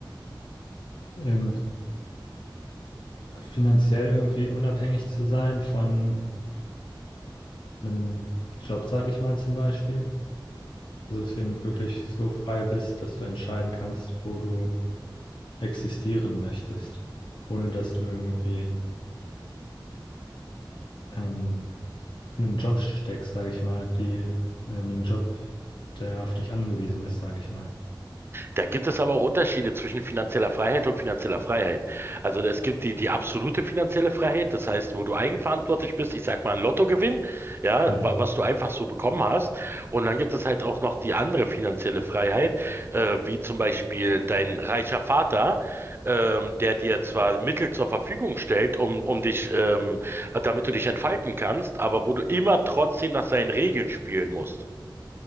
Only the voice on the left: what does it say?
Eben finanziell irgendwie unabhängig zu sein von einem Job, sage ich mal zum Beispiel. Also dass du eben wirklich so frei bist, dass du entscheiden kannst, wo du existieren möchtest, ohne dass du irgendwie ähm, in einem Job steckst, sage ich mal, die äh, in einem Job, der auf dich angewiesen ist, sage ich mal.
Mhm.